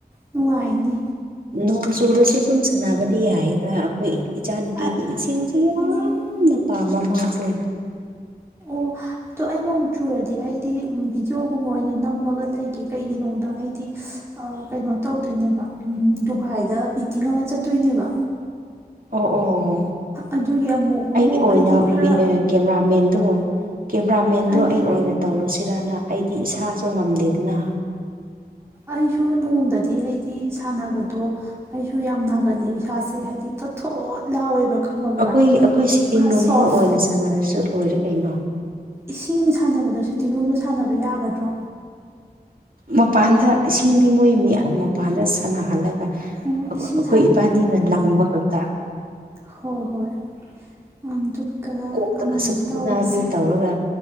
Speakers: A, on the right; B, on the right.
A: ꯅꯨꯡꯉꯥꯏꯅꯤ
B: ꯅꯣꯡ ꯆꯨꯔꯁꯨ ꯑꯗꯨꯝ ꯁꯥꯟꯅꯕꯗꯤ ꯌꯥꯏꯗ ꯑꯩꯈꯣꯏ ꯏꯆꯥꯅꯨꯄꯤꯗꯤ
A: ꯑ
B: ꯏꯁꯤꯡꯁꯨ ꯌꯥꯝꯅ
A: ꯎꯝ
B: ꯄꯥꯝꯕ ꯃꯥꯁꯦ
A: ꯑꫭ ꯑꯗꫭ ꯑꯩ ꯅꯣꯡ ꯆꯨꯔꯗꯤ ꯑꯩꯗꯤ ꯚꯤꯗꯤꯑꯣꯒꯨꯝꯕ ꯑꯣꯏꯅ ꯅꯝꯃꯒ ꯂꯩꯒꯦ ꯀꯩꯒꯤ ꯅꯣꯗ ꯑꯩꯗꯤ ꯑ ꯀꯩꯅꯣ ꯇꯧꯗꯣꯏꯅꯦꯕ ꯎꯝ ꯗꫭ ꯚꯥꯏꯗ ꯃꯤꯇꯤꯡ ꯑꯃ ꯆꯠꯇꯣꯏꯅꯦꯕ
B: ꯑꯣ ꯑꯣ
A: ꯑꯗꯨꯒꯤ ꯑꯃꯨꯛ
B: ꯑꯩꯒꯤ
A: ꯂꯣꯛ
B: ꯑꯣꯏꯅ
A: ꯑꯩꯗꯤ
B: <unintelligible>
A: ꯈꯔ
B: ꯀꯦꯃꯦꯔꯥꯃꯦꯟꯗꯣ ꯀꯦꯃꯦꯔꯥꯃꯦꯟꯗꯣ
A: ꯑꯩꯒꯤ
B: ꯑꯩ ꯑꯣꯏꯅ ꯇꯧꯔꯁꯤꯔꯅ ꯑꯩꯗꯤ ꯏꯁꯥꯁꯨ ꯉꯝꯗꯦꯗꯅ
A: ꯑꯩꯁꯨꯨ ꯅꯣꯡꯗꯗꯤ ꯑꯩ ꯗꯤ ꯁꯥꯟꯅꯕꯗꯣ ꯑꯩꯁꯨ ꯌꯥꯝ ꯅꯥꯒꯜꯂꯦ ꯏꯁꯥꯁꯦ ꯍꯥꯏꯗꯤ ꯊꯣꯠ ꯊꯣꯠ ꯂꯥꯎꯋꯦꯕ ꯈꯪꯉꯕ꯭ꯔꯥ
B: ꯑꯈꯣꯏꯒꯤ ꯑꯩꯈꯣꯏ ꯁꯤꯠꯇꯤꯡ
A: ꯄꯨꯔꯥ
B: ꯔꯨꯝꯒ
A: ꯁꯣꯐ
B: ꯑꯣꯏꯅ ꯁꯥꯟꯅꯔꯁꯨ ꯂꯣꯏꯔꯦ ꯀꯩꯅꯣ
A: ꯏꯁꯤꯡ ꯁꯥꯟꯅꯕꯗꯣ ꯁꯤꯇꯤꯡ ꯔꯨꯝꯗ ꯁꯥꯟꯅꯕ ꯌꯥꯒꯗ꯭ꯔꯣ
B: ꯃꯄꯥꯟꯗ ꯏꯁꯤꯡꯗꯤ ꯃꯣꯏ ꯃꯤꯌꯥꯝ ꯃꯄꯥꯟꯗ ꯁꯥꯟꯅꯍꯜꯂ ꯒ
A: ꯑꯣ ꯏꯁꯤꯡ
B: ꯑꯈꯣꯏ ꯏꯕꯥꯅꯤꯅ ꯂꯥꯡꯕ ꯈꯛꯇ
A: ꯍꯣ ꯍꯣꯏ ꯑꯗꯨꯒ ꯑꯗꯨꯃꯥꯏꯅ
B: ꯀꯣꯛꯇꯒꯁꯨꯨ ꯄꯨꯟꯅꯕꯤ
A: ꯇꯧꯔꯁꯦ
B: ꯇꯧꯔꯒ